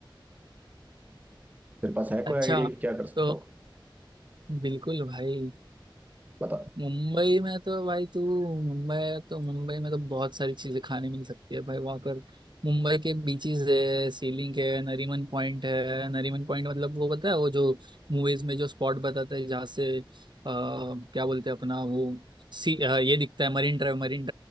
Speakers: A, on the right; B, on the right.
A: तेरे पास है
B: अच्छा
A: कोई आइडिया क्या कर सकता
B: तो
A: हो
B: बिल्कुल भाई
A: बता
B: मुंबई में तो भाई तू मुंबई है तो मुंबई में तो बहुत सारी चीजें खाने मिल सकती है भाई वहाँ पर मुंबई के बीचेस है सीलिंग है नरीमन पॉइंट है नरीमन पॉइंट मतलब वो पता है वो जो मूवीज में जो स्पॉट बताता है जहाँ से अ, क्या बोलते हैं अपना वो सी अ, ये दिखता है मरीन ड्राइव मरीन